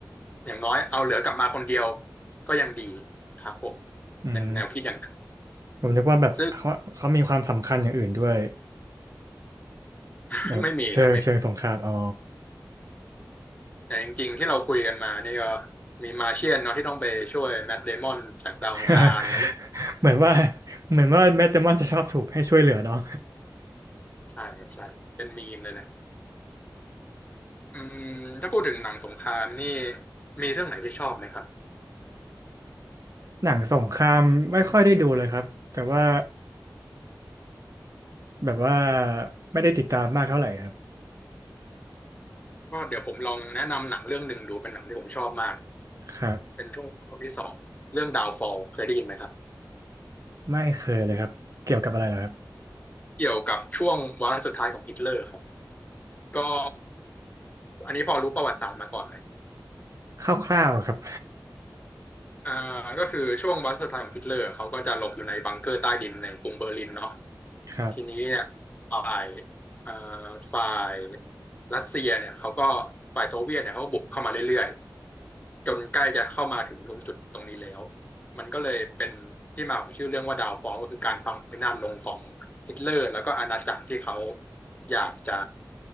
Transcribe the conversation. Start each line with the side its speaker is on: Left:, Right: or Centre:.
Left: อย่างน้อยเอาเหลือกลับมาคนเดียวก็ยังดีครับผม
Right: อืม
Left: เป็นแนวคิดอย่างนั้น
Right: ผมนึกว่าแบบเขาเขามีความสำคัญอย่างอื่นด้วย
Left: ซึ่ง <laughs>
Right: แบบเชิงเชิงสงครามอ๋อ
Left: ไม่มีครับไม่แต่จริงๆที่เราคุยกันมานี่ก็มีมาเชียนเนาะที่ต้องไปช่วยแมทเดมอนจากดาวอังคารแล้วก็
Right: <laughs> เหมือนว่าเหมือนว่าแมตเตอร์มอนจะชอบถูกให้ช่วยเหลือเนาะ
Left: ใช่ครับใช่เป็นมีมเลยแหละอืมถ้าพูดถึงหนังสงครามนี่มีเรื่องไหนที่ชอบไหมครับ
Right: หนังสงครามไม่ค่อยได้ดูเลยครับแต่ว่าแบบว่าไม่ได้ติดตามมากเท่าไหร่ครับ
Left: ก็เดี๋ยวผมลองแนะนำหนังเรื่องหนึ่งดูเป็นหนังที่ผมชอบมาก
Right: ครับ
Left: เป็นช่วงรอบงที่สองเรื่องดาวฟอลเคยได้ยินไหมครับ
Right: ไม่เคยเลยครับเกี่ยวกับอะไรเหรอครับ
Left: เกี่ยวกับช่วงวาระสุดท้ายของฮิตเลอร์ครับก็อันนี้พอรู้ประวัติศาสตร์มาก่อนไหม
Right: คร่าวๆครับ
Left: อ่าก็คือช่วงวาระสุดท้ายของฮิตเลอร์เขาก็จะหลบอยู่ในบังเกอร์ใต้ดินในกรุงเบอร์ลินเนาะ
Right: ครับ
Left: ทีนี้เนี่ยฝ่ายเอ่อฝ่ายรัสเซียเนี่ยเขาก็ฝ่ายโซเวียตเนี่ยเขาก็บุกเข้ามาเรื่อยๆจนใกล้จะเข้ามาถึงตรงจุดตรงนี้แล้วมันก็เลยเป็นที่มาของชื่อเรื่องว่าดาวฟอลก็คือการพังพินาศลงของฮิตเลอร์แล้วก็อาณาจักรที่เขาอยากจะ